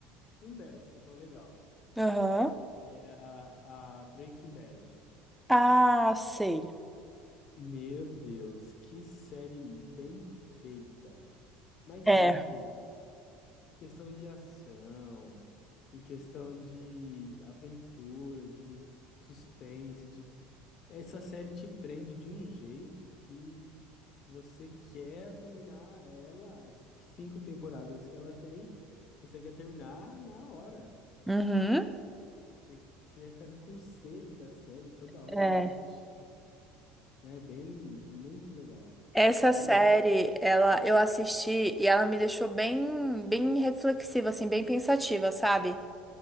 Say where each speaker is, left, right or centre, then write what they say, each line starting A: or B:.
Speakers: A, on the left (about 50°); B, in the centre.
A: não deve ser tão legal.
B: Aham.
A: Era a a Breaking Bad.
B: Ah, sei.
A: Meu Deus, que série bem feita, mas
B: É.
A: muito bem questão de ação, em questão de aventura, de suspense, de... essa série te prende de um jeito que você quer terminar ela, as cinco temporadas que ela tem, você quer terminar na hora.
B: Uhum.
A: Você, você vai ficando com sede da série toda hora
B: É.
A: que eu tô assistindo. né? É bem, muito legal.
B: Essa
A: Eu
B: série,
A: mesmo.
B: ela, eu assisti e ela me deixou bem, bem reflexiva, assim, bem pensativa, sabe?